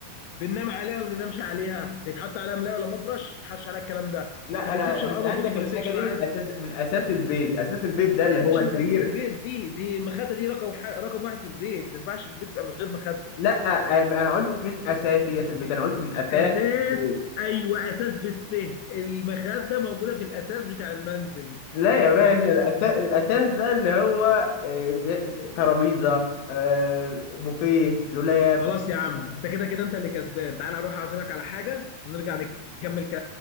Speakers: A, on the left (about 85°); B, on the left (about 70°).
A: بننام عليها ولا ما بننامش عليها بيتحط عليها ملاية ولا مفرش ما بيتحطش عليها الكلام ده
B: لا
A: في الريسبشن
B: انا انا
A: اه
B: سالتك
A: موجودة في الريسبشن
B: الحاجه دي
A: عادي
B: من اساس من اساس البيت اساس البيت ده
A: اه
B: اللي
A: يا
B: هو
A: باشا من
B: سرير
A: اساس البيت دي دي المخدة دي رقم ح... رقم واحد في البيت ما ينفعش البيت يبقى من غير مخدة
B: لا أم- انا قلتش من اساسيات البيت انا قلت من اثاث
A: اساس
B: البيت
A: ايوه اساس بالس المخدة موجودة في الاساس بتاع المنزل
B: لا يا باشا الاساس الاثاث ده اللي هو آه، بي- ترابيزه آه، بوفيه دولاب
A: خلاص يا عم انت كده كده انت اللي كسبان تعال اروح اعزمك على حاجه ونرجع نكمل ك-